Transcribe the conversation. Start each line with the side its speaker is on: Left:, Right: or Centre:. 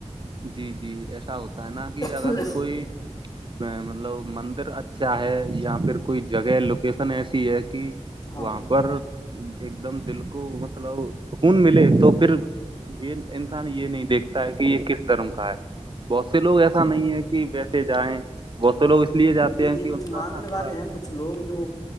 Right: جی جی ایسا ہوتا ہے نا کہ
Left: ہیں
Right: اگر کوئی مطلب مندر اچھا ہے یہاں پ کوئی جگہ لوکیشن ایسی ہے کہ
Left: ہاں
Right: وہاں پر ایک دم دل کو مطلب خون ملے تو پھر یہ انسان یہ نہیں دیکھتا ہے کہ یہ کس درم کا ہے بہت سے لوگ ایسا نہیں ہے کہ ویسے جائیں بہت سے لوگ اس لیے جاتے
Left: جی
Right: ہیں
Left: جی
Right: کہ ان
Left: کچھ
Right: کا
Left: ماننے
Right: نا تھوڑا
Left: والے ہیں کچھ لوگ جو